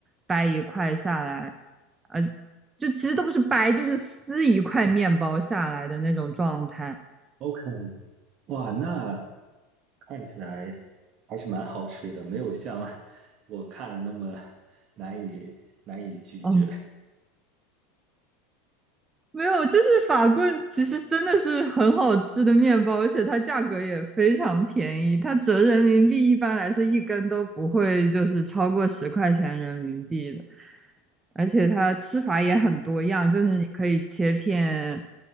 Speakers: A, on the right; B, on the right.
A: 掰一块下来，呃，就其实都不是掰，就是撕一块面包下来的那种状态。
B: OK，哇，那看起来还是蛮好吃的，没有像我看的那么难以难以拒绝。
A: 嗯。没有，就是法棍，其实真的是很好吃的面包，而且它价格也非常便宜，它折人民币一般来说一根都不会就是超过十块钱人民币的，而且它吃法也很多样，就是你可以切片